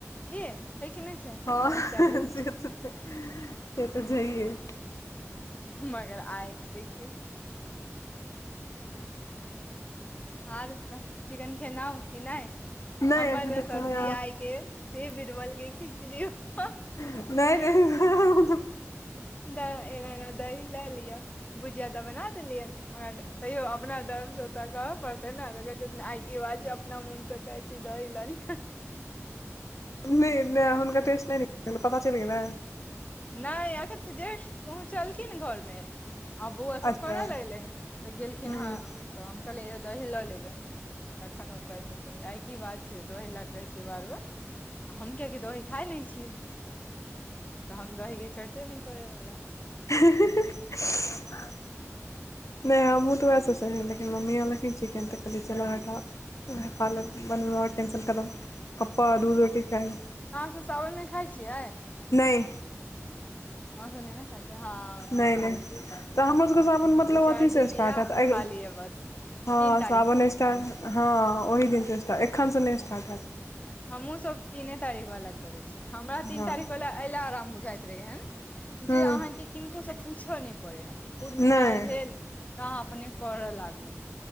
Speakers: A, on the left; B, on the left.
A: कि छैै कि नय छै
B: हँ
A: बहुत
B: से
A: छै
B: तऽ से तऽ जइए
A: मगर आइ देखियौ आर तऽ चिकेन खेनाउ कि नय
B: नहि
A: हमर
B: एखन
A: तऽ
B: तक
A: सब्जी
B: समय
A: आय के से बिरबल के खिचड़ी
B: नहि
A: <inaudible>
B: नहि
A: दऽ एना एना दही लै लियअ भुजिया तऽ बना देलियनि मगर तैयो अपना धर्मसँ तऽ पड़तै ने तऽ कहै छै आइ बाजे अपना मोनसँ कहै छै दऽ लि
B: नय नय हुनका टेस्ट नय न पता चइल गेल
A: नइ एखन तऽ जस्ट पहुँचलखिन घर में आ बौआ सब
B: अच्छा
A: कोना लगलैनि त गेलखिन
B: हूँ
A: हेँ तऽ हम कहलियै यौ दही लऽ लेबै तखन ओ कहै छथिन जे आइ की बात छय दही लए कहै छियै बार बार आ हम कियैकि दही खा नहि छियै तऽ हम दही के चर्से न करेवला
B: ह <inaudible> नइ हमूँ तऽ उएह सोचलिय लेकिन मम्मी आनलखिन चिकै तऽ कहलियै चलह हटा हालत बनमे टेंशन खतम पप्पा दूध रोटी खायइ
A: अहाँसब सावन में खाइ छियै
B: नइ
A: हैं सुने ने खा हँ
B: नहि नहि तऽ हमर सबके सावन मतलब
A: दू चार
B: अथीसँ
A: दिन इहै
B: स्टार्ट हैत अगिला
A: खा लिय बस,
B: हँ
A: तीन तारीखसँ
B: सावन स्टार्ट हँ ओहि दिनसँ स्टार्ट एखनसँ नहि स्टार्ट हेत्
A: हमहूँ सभ तीने तारीख वला करैत छै हमरा तीन
B: हँ
A: तारीख वला अयला आराम बुझाइत रहै हन
B: हँ
A: जे अहाँकेँ किनको सँ पूछय नहि पड़ै हन पूर्णिमा
B: नहि
A: भेल तऽ अपने करऽ लागू।